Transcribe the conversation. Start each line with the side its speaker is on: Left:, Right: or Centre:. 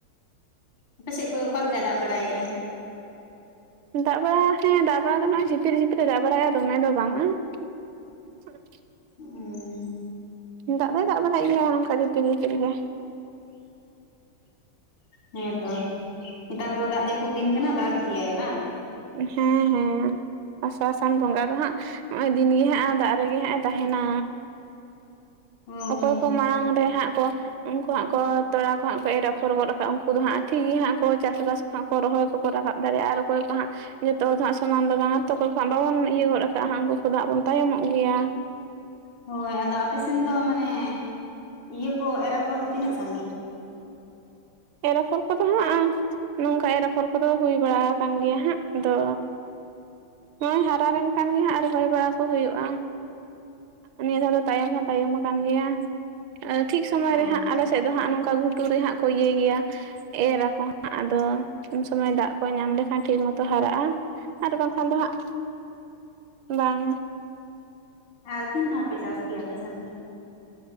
Left: ᱟᱯᱮ ᱥᱮᱫ ᱠᱚ ᱚᱠᱟᱞᱮᱠᱟ ᱟᱭ ᱫᱟᱜ ᱵᱟᱲᱟᱭᱮᱫᱼᱟ?
Right: ᱫᱟᱜ ᱵᱟᱲᱟ ᱦᱮᱸ ᱫᱟᱜ ᱵᱟᱲᱟ ᱫᱚ ᱱᱚᱜᱼᱚᱭ ᱪᱤᱛᱤᱨ ᱡᱤᱛᱤᱨ ᱮ ᱫᱟᱜ ᱵᱟᱲᱟᱭᱟ ᱫᱚᱢᱮ ᱫᱚ ᱵᱟᱝᱟ᱾ <inaudible>
Left: ᱦᱩᱸ
Right: ᱫᱟᱜ ᱫᱚᱭ ᱫᱟᱜ ᱵᱟᱲᱟᱭ ᱜᱮᱭᱟ ᱚᱱᱠᱟ ᱡᱷᱤᱨ ᱯᱷᱤᱨ ᱜᱮ᱾
Left: ᱦᱮᱸᱛᱚ ᱱᱮᱛᱟᱨ ᱫᱚ ᱫᱟᱜ ᱡᱟᱹᱯᱩᱫ ᱫᱤᱱ ᱠᱟᱱᱟ ᱫᱟᱜ ᱜᱮᱭᱟᱭ ᱵᱟᱝ?
Right: ᱦᱮᱸ ᱦᱮᱸ ᱟᱥᱟᱲ ᱥᱟᱱ ᱵᱚᱸᱜᱟ ᱫᱚ ᱦᱟᱸᱜ ᱱᱚᱜᱼᱚᱭ ᱫᱤᱱᱜᱮ ᱦᱟᱸᱜ ᱫᱟᱜ ᱨᱮᱜᱮ ᱦᱟᱸᱜ ᱮ ᱛᱟᱦᱮᱱᱟ
Left: ᱦᱳᱭ
Right: ᱚᱠᱚᱭ ᱠᱚ ᱢᱟᱲᱟᱝ ᱨᱮ ᱦᱟᱸᱜ ᱠᱚ ᱩᱱᱠᱩ ᱦᱟᱸᱜ ᱠᱚ ᱛᱚᱞᱟ ᱠᱚ ᱦᱟᱸᱜ ᱠᱚ ᱮᱨ ᱟᱯᱷᱚᱨ ᱜᱚᱫ ᱟᱠᱟᱫᱼᱟ ᱩᱱᱠᱩ ᱫᱚ ᱦᱟᱸᱜ ᱴᱷᱤᱠᱜ ᱜᱮ ᱦᱟᱸᱜ ᱠᱚ ᱪᱟᱥᱵᱟᱥ ᱦᱟᱜ ᱠᱚ ᱨᱚᱦᱚᱭ ᱠᱚᱠᱚ ᱨᱟᱠᱟᱵ ᱫᱟᱲᱮᱭᱟᱜᱼᱟ ᱟᱨ ᱚᱠᱚᱭ ᱠᱚ ᱦᱟᱸᱜ ᱡᱚᱛᱚ ᱫᱚ ᱦᱟᱸᱜ ᱥᱚᱢᱟᱱ ᱫᱚ ᱵᱟᱝ ᱟ ᱡᱚᱛᱚ ᱠᱚ ᱦᱟᱜ ᱵᱟᱵᱚᱱ ᱤᱭᱟᱹ ᱜᱚᱫ ᱠᱟᱜ ᱦᱟᱜ ᱩᱱᱠᱩ ᱠᱚ ᱦᱟᱸᱜ ᱵᱚᱱ ᱛᱟᱭᱚᱢᱚᱜ ᱜᱮᱭᱟ᱾
Left: ᱦᱳᱭ ᱟᱫᱚ ᱟᱯᱮᱥᱮᱱ ᱫᱚ ᱢᱟᱱᱮ ᱤᱭᱟᱹ ᱠᱚ ᱮᱨ-ᱟᱯᱷᱚᱨ ᱠᱚ ᱛᱤᱱᱟᱹᱜ ᱥᱟᱺᱜᱤᱧ
Right: ᱮᱨᱟᱯᱷᱚᱨ ᱠᱚᱫᱚ ᱦᱟᱸᱜ, ᱱᱚᱝᱠᱟ ᱮᱨᱟᱯᱷᱚᱨ ᱠᱚᱫᱚ ᱦᱩᱭ ᱵᱟᱲᱟ ᱟᱠᱟᱱ ᱜᱮᱭᱟ ᱦᱟᱸᱜ ᱟᱫᱚ ᱦᱚᱜ-ᱚᱭ ᱦᱟᱨᱟ ᱞᱮᱱᱠᱷᱟᱱ ᱜᱮ ᱦᱟᱸᱜ ᱨᱚᱦᱚᱭ ᱵᱟᱲᱟ ᱠᱚ ᱦᱩᱭᱩᱜᱼᱟ᱾ ᱱᱤᱭᱟᱹ ᱫᱷᱟᱣ ᱫᱚ ᱛᱟᱭᱚᱢ ᱦᱚᱸ ᱛᱟᱭᱚᱢ ᱟᱠᱟᱱ ᱜᱮᱭᱟ᱾ ᱴᱷᱤᱠ ᱥᱚᱢᱚᱭ
Left: ᱚ
Right: ᱨᱮ ᱦᱟᱸᱜ ᱟᱞᱮᱥᱮᱫ ᱫᱚ ᱦᱟᱸᱜ ᱱᱚᱝᱠᱟ ᱜᱷᱩᱴᱩᱨ ᱨᱮ ᱦᱟᱸᱜ ᱠᱚ ᱤᱭᱟᱹᱭ ᱜᱮᱭᱟ ᱮᱨ ᱟᱠᱚ ᱟᱫᱚ ᱩᱱ ᱥᱩᱚᱢᱚᱭ ᱫᱟᱜ ᱠᱚ ᱧᱟᱢ ᱞᱮᱠᱷᱟᱱ ᱴᱷᱤᱠ ᱢᱚᱛᱚ ᱦᱟᱨᱟᱜᱼᱟ ᱟᱨ ᱵᱟᱝ ᱠᱷᱟᱱ ᱫᱚ ᱦᱟᱸᱜ ᱵᱟᱝ
Left: ᱟᱨ ᱛᱤᱱ ᱫᱷᱟᱣ ᱯᱮ ᱪᱟᱥ ᱜᱮᱭᱟ ᱟᱯᱮ ᱥᱮᱱ ᱫᱚ?